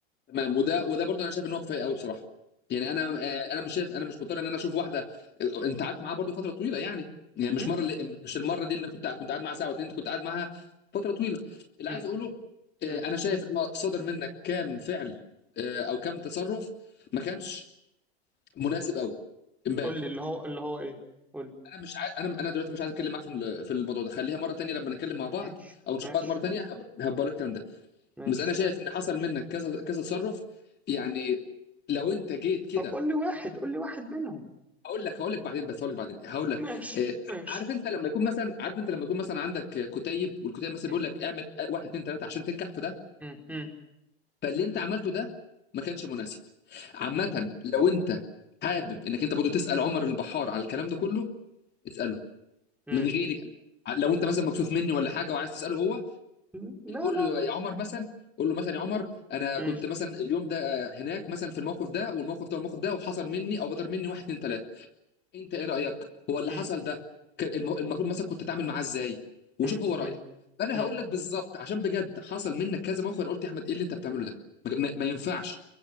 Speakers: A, on the left (about 30°); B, in the centre.
A: تمام وده
B: فهمت
A: وده برضه انا شايف ان هو كفايه قوي بصراحه يعني
B: مم.
A: انا آه، انا مش شايف انا مش مضطر ان انا اشوف واحده آه، انت قعدت معاها برضه فتره طويله يعني يعني مش
B: مم.
A: مره اللي مش المره دي اللي كنت كنت قاعد معاها ساعه واتنين انت كنت قاعد معاها فتره طويله اللي
B: مم.
A: عايز اقوله آه،
B: مم.
A: انا شايف ان هو صدر منك كام فعل آه، او كام تصرف ما كانش مناسب قوي امبارح
B: قول لي اللي هو اللي هو ايه قول لي.
A: انا مش عاي... انا انا دلوقتي مش عايز اتكلم معاك في الم- في الموضوع ده خليها مره تانية لما نتكلم مع بعض
B: ماشي
A: او نشوف
B: ماشي
A: بعض مره تانية هب... هبقى لك الكلام ده
B: ماشي
A: بس انا شايف ان حصل منك كذا كذا تصرف يعني لو انت جيت كده
B: طب قول لي واحد قول لي واحد منهم
A: هقول لك هقول لك بعدين بس هقول لك بعدين هقول لك
B: ماشي
A: آه،
B: ماشي
A: عارف انت لما يكون مثلا عارف انت لما يكون مثلا عندك كتيب والكتيب مثلا
B: مم.
A: بيقول لك اعمل واحد اتنين تلاته عشان تنجح في ده
B: مم. مم.
A: فاللي انت عملته ده ما كانش مناسب عامه
B: مم.
A: لو انت حابب انك انت برضه تسال عمر البحار على الكلام ده كله اساله
B: مم.
A: من غيري كمان لو انت مثلا مكسوف مني ولا حاجه وعايز تساله هو
B: مم. لا
A: قول
B: لا
A: له
B: لا
A: يا عمر مثلا قول له مثلا يا عمر انا
B: مم.
A: كنت مثلا اليوم ده هناك مثلا في الموقف ده والموقف ده والموقف ده وحصل مني او بدر مني واحد اتنين تلاته انت ايه رايك هو اللي
B: مم.
A: حصل ده كان الم- المفروض مثلا كنت تعمل معاه ازاي وشوف
B: مم.
A: هو رايك
B: مم.
A: فانا
B: مم.
A: هقول لك بالظبط عشان بجد حصل منك كذا موقف انا قلت يا احمد ايه اللي انت بتعمله ده ما, ما ما ينفعش